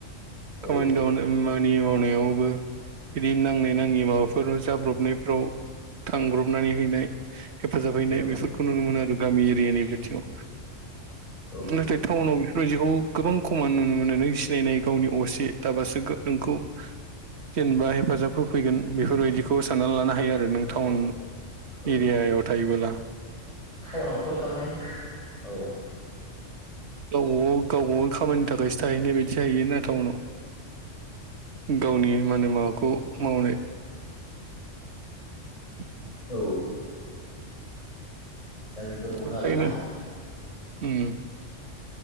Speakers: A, on the right (about 60°); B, on the left (about 30°).
A: खामानिदामानि
B: औ
A: मावनायाव बो बिदिनो नांनाय नाङै माबाफोराव जाब्रबनायफ्राव थांब्रबनानै हैनाय हेफाजाब हैनाय
B: औ
A: बेफोरखौ नुनो मोनो आरो गामि एरियानि बिथिङाव
B: औ
A: नाथाय टाउनाव बेफोरबादिखौ गोबां खमान नुनो मोनो नों सिनायनाय गावनि असे थाबासो नोंखौ जेनेबा हेफाजाब होफैगोन बेफोरबायदिखौ साननानै लानो हायो आरो नों टाउन
B: औ औ
A: एरियायाव थायोबोब्ला।
B: टाउनावथ' थारमाने औ
A: गावबा गावबागाव नि खामानिनि थाखायसो थाहैनाय बायदि जाहैयोना टाउनाव गावनि माने माबाखौ मावनो <unintelligible>
B: औ दा बेफोरखौनो
A: ओंखायनो
B: आरोना
A: उम।